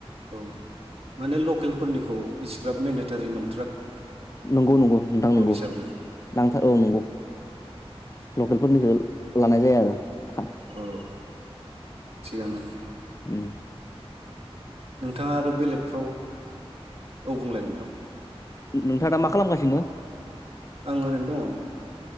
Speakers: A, on the right; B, on the left.
A: औ माने ल केलफोरनिखौ इसेग्राब मेडेटारि न
B: नंगौ नंगौ नोंथां नंगौ
A: हिसाबै
B: नांथार औ नंगौ लकेलफोरनिखौ लानाय जाया आरो खाथ
A: औ थिगानो नोंथां
B: उम
A: नोंथाङा आरो बेलेगफ्राव औ बुंलाय नोंथां
B: नोंथाङ दा मा खालामगासिनो? बिदिनो।
A: आं ओरैनो दङ नोंथां।